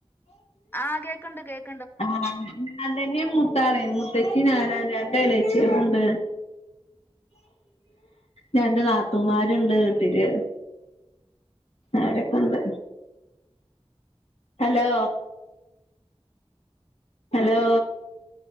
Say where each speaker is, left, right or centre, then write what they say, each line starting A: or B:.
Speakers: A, on the left; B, on the left.
A: ആഹ് കേക്കുണ്ട് കേക്ക്
B: ആ ഞാ തന്നെയാമൂത്താള് മൂത്തച്ചി ഞാനാണ് രണ്ട് എളേച്യേള്ണ്ട് രണ്ട് നാത്തൂമാരുണ്ട് വീട്ടില് അവരൊക്കെ ഉണ്ട് ഹലോ ഹലോ